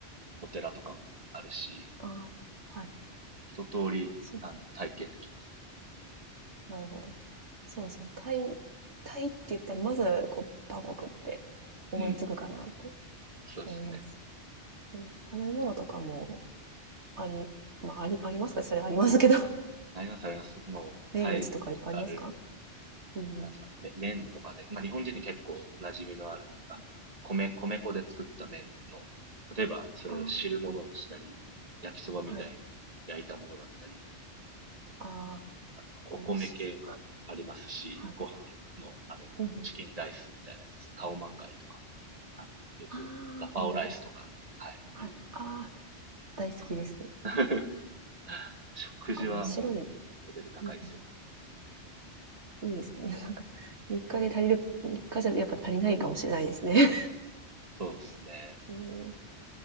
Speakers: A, on the right; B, on the right.
A: お寺とかもあるし、
B: ああ、
A: うん
B: はい。
A: 一通り、
B: そう。
A: あの、体験できます。
B: なるほど。そうですね。タイ、タイって言ったら、まず、こう、バンコクって思いつくかなって
A: うん、うん、そうですね。
B: 思います。うん食べ物とかもあり、まあ、あり、ありますかそれありますけど。
A: あります、あります。もう、
B: 名物とかいっぱいありますか？
A: タイのローカル
B: うん
A: なんですかね、め麺とかで、まあ、日本人に結構馴染みのある、あの、米、米粉で作った麺の、例えばそれを汁物にしたり、
B: あ
A: 焼きそばみたいに焼いたものだったり、
B: あ、はい。ああ、
A: あとはお米系もありますし、
B: 美味しそう。はい。
A: ご飯の、あの、
B: うん
A: チキンライスみたいなやつですね、カオマンガイとか、あの、よくガパオライスとか、
B: ああ、あの、
A: はい、
B: はい。
A: いう
B: ああ、大好きです。
A: やつとか。
B: な
A: <laughs> 食事はもうレベル高いですよ。
B: んかあの白いうんいいですね。<laughs> いやなんか、3日で足りる3日じゃやっぱ足りないかもしれないですね。
A: そうですね。
B: <laughs> うーん、